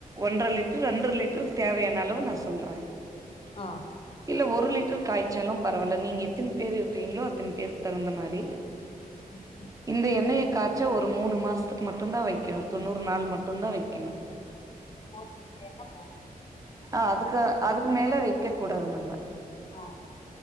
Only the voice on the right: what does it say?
ஒன்றர லிட்டரு ரெண்டர லிட்டருக்கு தேவையான அளவு நா சொல்றே
இல்ல ஒரு லிட்டர் காய்ச்சாலு பரவால்ல நீங்க எத்தன பேர் இருக்கிறீங்களோ அத்தன பேருக்கு தகுந்த மாரி
இந்த எண்ணெய காய்ச்சி ஒரு மூணு மாசத்துக்கு மட்டுந்தா வைக்கணு தொண்ணூறு நாள் மட் ட்டுந்தா வைக்கணு
ஆ அதுக்கு அதுக்கு மேல வைக்க கூடாது நம்ப
உ